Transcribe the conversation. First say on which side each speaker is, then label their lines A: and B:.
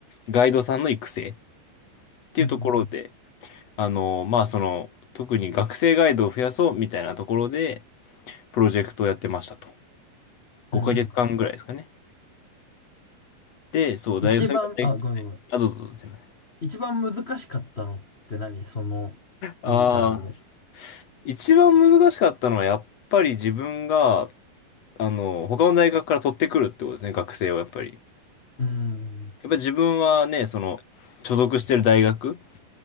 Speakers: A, on the left; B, on the left.
A: ガイドさんの育成っていうところで、
B: うん
A: あの、まあ、その、特に学生ガイドを増やそうみたいなところで、プロジェクトをやってましたと。5ヶ月間ぐらいですかね。
B: うんうんうん
A: で、そう、
B: 一番、
A: 大学、それが大、
B: あ、ごめんごめん。
A: あ、どうぞどうぞ、すいません。
B: 一番難しかったのって何その、
A: ああ、
B: インターンで。
A: 一番難しかったのは、やっぱり自分が、あの、他の大学から取ってくるってことですね、学生をやっぱり。やっ
B: うん。
A: ぱり自分はね、その、所属してる大学